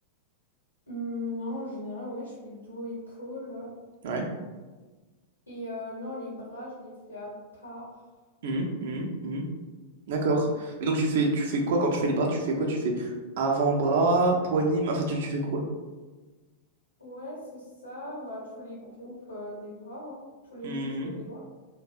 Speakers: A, on the left; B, on the right.
A: Hum, non, en général, ouais, je fais dos, épaules
B: Ouais.
A: Et euh, non, les bras, je les fais à part.
B: Mhm, mhm, mhm. D'accord. Mais donc tu fais tu fais quoi quand tu fais les bras? Tu fais quoi? Tu fais avant-bras, poignée, main enfin tu, tu fais quoi?
A: Ouais, c'est ça. Bah, tous les groupes euh, des bras, hein. Tous les
B: Mhm.
A: muscles des bras.